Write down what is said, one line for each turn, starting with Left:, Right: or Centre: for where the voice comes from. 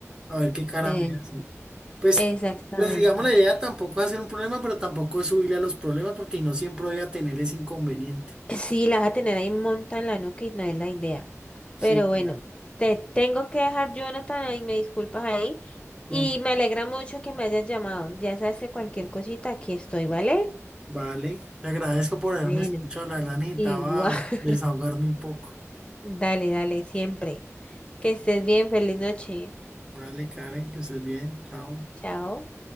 Right: A ver qué cara
Left: Eh,
Right: me hacen. Pues,
Left: exactamente.
Right: pues digamos, la idea tampoco es hacer un problema, pero tampoco es subirle a los problemas porque no siempre voy a tener ese inconveniente.
Left: Sí, la vas a tener ahí monta en la nuca y no es la idea.
Right: Sí,
Left: Pero bueno,
Right: claro.
Left: te tengo que dejar, Jonathan, ahí me disculpas ahí.
Right: No,
Left: Y me alegra mucho que me hayas llamado. Ya sabes, que cualquier cosita, aquí estoy, ¿vale?
Right: vale. Le agradezco por
Left: Bueno,
Right: haberme escuchado. La verdad necesitaba
Left: igual. <laughs>
Right: desahogarme un poco.
Left: Dale, dale, siempre. Que estés bien, feliz noche.
Right: Vale, Karen, que estés bien. Chao.
Left: Chao.